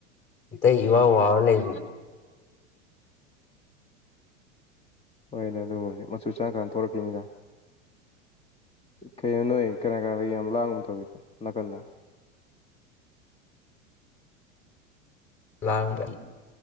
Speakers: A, on the left; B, on the left.
A: ꯑꯇꯩ ꯏꯋꯥꯎ ꯋꯥꯎꯔ ꯂꯩ
B: ꯍꯣꯏꯅꯦ ꯑꯗꯨꯕꯨ ꯑꯣꯏꯗꯤ ꯃꯆꯨ ꯁꯡꯉꯥꯀꯥꯟꯗ ꯊꯣꯛꯂꯛꯈꯤꯅꯤꯗ ꯀꯩꯩꯅꯣ ꯅꯣꯏ ꯀꯅꯥ ꯀꯅꯥꯗ ꯌꯥꯝ ꯂꯥꯡꯕ ꯇꯧꯋꯤꯗ ꯅꯥꯀꯟꯗ
A: ꯂꯥꯡꯕ